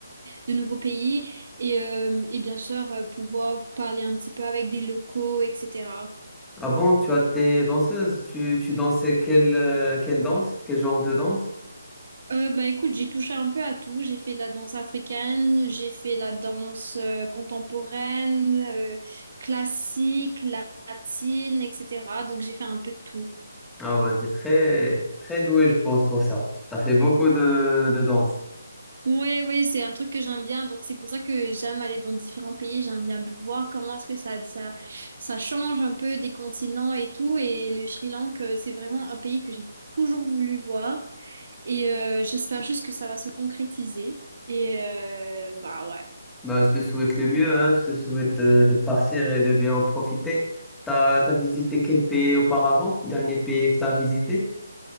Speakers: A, on the right; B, in the centre.
A: de nouveaux pays et, euh, et bien sûr euh, pouvoir parler un petit peu avec des locaux, etc.
B: Ah bon, tu as tes danseuses, tu, tu dansais quelle, euh, quelle danse, quel genre de danse?
A: Euh, bah écoute, j'ai touché un peu à tout. J'ai fait de la danse africaine, j'ai fait la danse euh, contemporaine, euh, classique, latine, etc. Donc j'ai fait un peu de tout.
B: Ah ben, t'es très, très doué, je pense, pour ça. T'as fait beaucoup de, de danse.
A: Oui, oui, c'est un truc que j'aime bien. Donc c'est pour ça que j'aime aller dans différents pays. J'aime bien voir comment est-ce que ça, ça, ça change un peu des continents et tout. Et le Sri Lanka, euh, c'est vraiment un pays que j'ai toujours voulu voir. Et euh, j'espère juste que ça va se concrétiser. Et euh, bah ouais.
B: Ben, je te souhaite le mieux, hein. Je te souhaite de, de partir et de bien en profiter. T'as, t'as visité quel pays auparavant? Dernier pays que t'as visité?